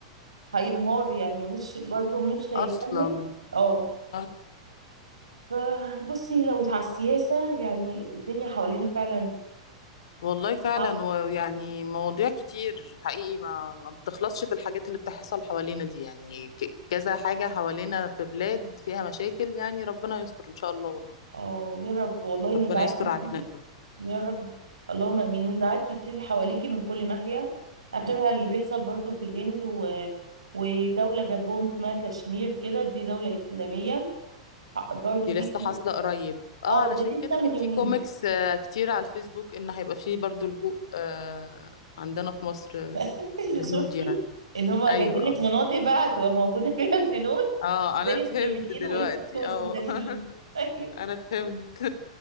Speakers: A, on the right; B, on the left.
A: وهينهار يعني مش برضو مش هيكمل
B: اصلا
A: اه
B: اه
A: ف- بصي لو على السياسة يعني الدنيا حوالينا فعلا
B: والله فعلا
A: صعبة
B: ويعني مواضيع كتير حقيقي ما ما بتخلصش في الحاجات اللي بتحصل حوالينا دي يعني ك- كذا حاجه حوالينا في بلاد فيها مشاكل يعني ربنا يستر ان شاء الله والله
A: اه يا رب والله
B: ربنا
A: نزاعات
B: يستر
A: كتير
B: علينا
A: يا رب اللهم امين نزاعات كتير حواليكي من كل ناحية اخرها اللي بيحصل برضو في الهند و... ودولة جنبهم اسمها كشمير كده دي دولة إسلامية برضو
B: دي
A: في
B: لسه حاصلة قريب اه
A: اه
B: علشان
A: ده لسه
B: كده
A: من
B: كان
A: يومين
B: في كوميكس آه، كتير على الفيسبوك ان هيبقى فيه برضو لجوء آه، عندنا في مصر آه،
A: <laughs>
B: الهنود
A: شفتي
B: يعني
A: ان هما
B: ايوه
A: جايبين
B: اه
A: لك مناطق بقى هتبقى موجودة فيها الهنود
B: اه
A: زي
B: انا فهمت
A: السوريين
B: دلوقتي
A: وال- والسودانيين
B: اه <laughs>
A: <laughs> ايوه
B: انا فهمت